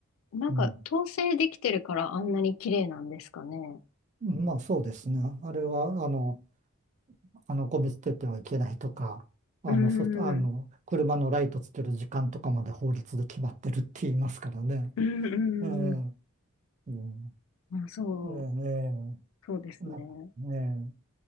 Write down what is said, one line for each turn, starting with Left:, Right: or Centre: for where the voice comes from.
Left: なんか統制できてるからあんなに綺麗なんですかね。
Right: うん。まあそうですね。あれは、あの、あの、ゴミ捨ててはいけないとか、あの、
Left: う
Right: そ、あの、
Left: ん。
Right: 車のライトつける時間とかまで法律で決まってるって言いますからね。
Left: うんう
Right: えんうん。
Left: ん。あ、そう。
Right: えーえね
Left: そうですね。
Right: えなんかね